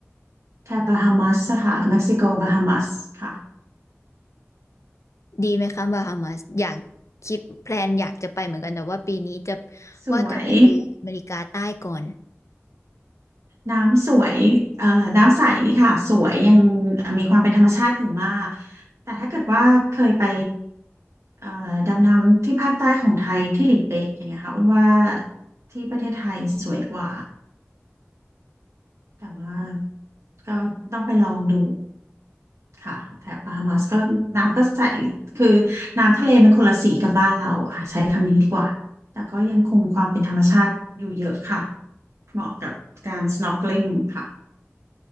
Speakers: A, on the right; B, on the left.
A: แถบบาฮามัสค่ะเม็กซิโกบาฮามัสค่ะ
B: ดีไหมคะบาฮามาสอยากคิดแพลนอยากจะไปเหมือนกันแต่ว่าปีนี้จะ
A: สวย
B: ว่าจะไปอเมริกาใต้ก่อน
A: น้ำสวยเอ่อน้ำใสค่ะสวยยังมีความเป็นธรรมชาติอยู่มากแต่ถ้าเกิดว่าเคยไปเอ่อดำน้ำที่ภาคใต้ของไทยที่หลีเป๊ะอย่างเงี้ยค่ะอ้วนว่าที่ประเทศไทยสวยกว่า แต่ว่าก็ต้องไปลองดูค่ะแถบบัฮามัสก็น้ำก็ใสคือน้ำทะเลมันคนละสีกับบ้านเราอะค่ะใช้คำนี้ดีกว่าแต่ก็ยังคงความเป็นธรรมชาติอยู่เยอะค่ะเหมาะกับการ snorkeling ค่ะ